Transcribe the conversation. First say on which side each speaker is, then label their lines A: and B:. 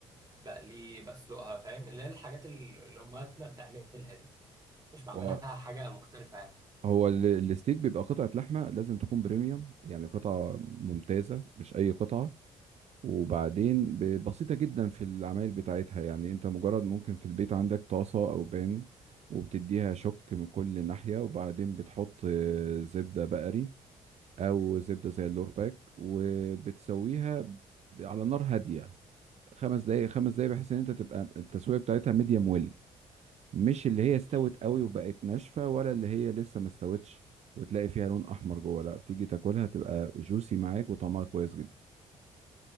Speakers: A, on the right; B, on the right.
A: بقليه بسلقها فاهم اللي هي الحاجات ال- اللي امهاتنا بتعملها دي مش بعملها
B: هو
A: حاجه مختلفه يعني
B: هو ال- الستيك بيبقى قطعه لحمه لازم تكون بريميوم يعني قطعه ممتازه مش اي قطعه وبعدين ب- بسيطه جدا في العمايل بتاعتها يعني انت مجرد ممكن في البيت عندك طاسه او بان وبتديها شك من كل ناحيه وبعدين بتحط آه، زبده بقري او زبده زي اللورباك وبتسويها ب- على نار هاديه خمس دقايق خمس دقايق بحيث ان انت تبقى التسويه بتاعتها ميديم ويل مش اللي هي استوت
A: مم.
B: قوي وبقت ناشفه ولا اللي هي لسه ما استوتش وتلاقي فيها لون احمر جوه لا تيجي تاكلها تبقى جوسي معاك وطعمها كويس جدا